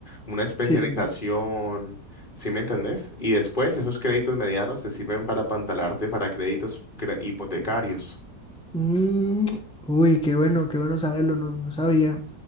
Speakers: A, on the left; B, in the centre.
A: una especialización,
B: Sí.
A: ¿sí me entendés? Y después esos créditos medianos te sirven para apantalarte para créditos cre- hipotecarios.
B: Mm, uy, qué bueno, qué bueno saberlo, no, no sabía.